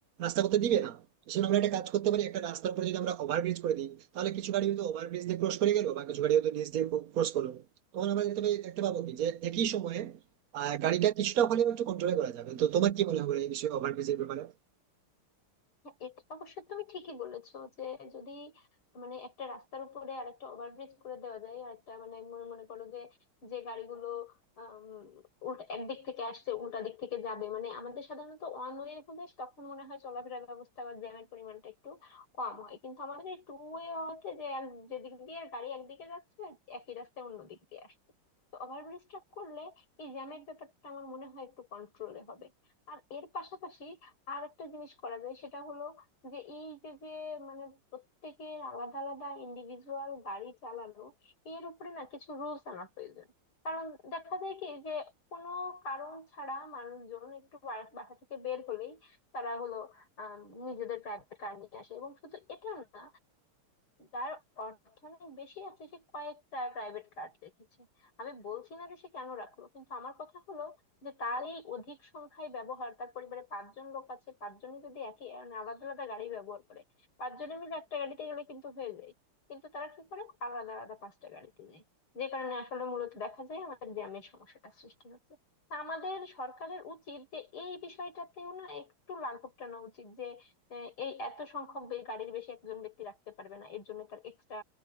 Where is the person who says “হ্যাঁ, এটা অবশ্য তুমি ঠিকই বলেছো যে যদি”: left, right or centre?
Left